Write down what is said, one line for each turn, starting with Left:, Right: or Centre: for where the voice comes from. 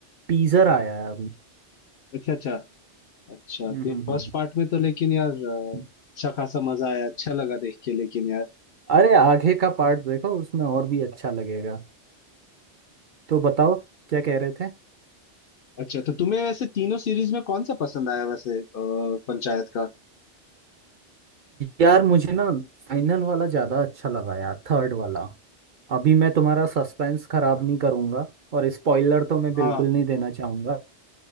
Right: टीजर आया है अभी
Left: अच्छा अच्छा अच्छा
Right: हम्म
Left: तो
Right: हम्म,
Left: फर्स्ट
Right: हम्म,
Left: पार्ट में तो लेकिन यार अ,
Right: हम्म।
Left: अच्छा खासा मजा आया अच्छा लगा देख के लेकिन यार
Right: अरे आगे का पार्ट देखो उसमें और भी अच्छा लगेगा तो बताओ क्या कह रहे थे
Left: अच्छा तो तुम्हें वैसे तीनों सीरीज में कौन सा पसंद आया वैसे अ, पंचायत का
Right: यार मुझे ना फाइनल वाला ज्यादा अच्छा लगा यार थर्ड वाला अभी मैं तुम्हारा सस्पेंस खराब नहीं करूंगा और स्पॉइलर तो मैं बिल्कुल
Left: हाँ
Right: नहीं देना चाहूंगा